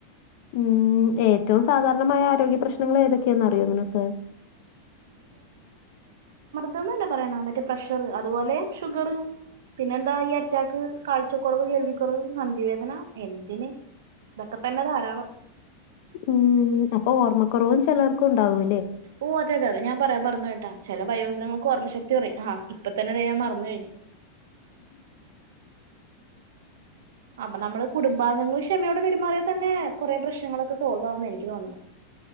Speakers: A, on the left; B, on the right.
A: ഉം ഏറ്റവും സാധാരണമായ ആരോഗ്യ പ്രശ്നങ്ങൾ ഏതൊക്കെയെന്ന് അറിയോ നിനക്ക്?
B: തൊന്നല്ലേ പറയണ മറ്റേ പ്രഷറ് അതുപോലെ ഷുഗറ് പിന്നെന്താ ഈ അറ്റാക്ക് കാഴ് ച്ചക്കൊറവ്, കേൾവിക്കൊറവ്, സന്ധിവേദന എന്തിന് ഇതൊക്കെ തന്നെ ധാരാളം
A: ഉം അപ്പൊ ഓർമ്മക്കൊറവും ചെലോർക്ക് ഉണ്ടാവൂ
B: ഓ അതെ അതെ അതെ ഞാൻ പറയാ മർന്നോയ് ട്ടാ ചെല വയോജനങ്ങക്ക് ഓർമ്മശക്തി കൊറയും ആ ഇപ്പ തന്നെതെ ഞാൻ മറെന്ന് കഴിഞ്ഞ് അപ്പ നമ്മള് കുടുംബാംഗങ്ങള് ക്ഷമയോടെ പെരുമാറിയാ തന്നെ കൊറെ പ്രശ്നങ്ങളൊക്കെ സോൾവാവുന്ന എനിക്ക് തോന്നണേ